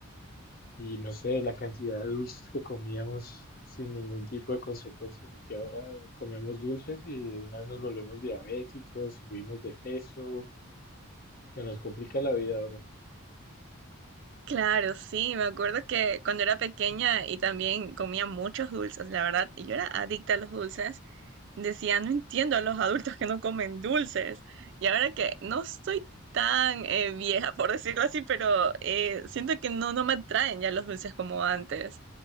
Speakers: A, on the left (about 40°); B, on the right (about 55°).
A: Y no sé, la cantidad de dulces que comíamos sin ningún tipo de consecuencia, porque ahora eh, comemos dulces y de una vez nos volvemos diabéticos, subimos de peso, se nos complica la vida ahora.
B: Claro, sí, me acuerdo que cuando era pequeña y también comía muchos dulces, la verdad, yo era adicta a los dulces. Decía, no entiendo a los adultos que no comen dulces. Y ahora que no estoy tan eh, vieja, por decirlo así, pero eh, siento que no, no me atraen ya los dulces como antes.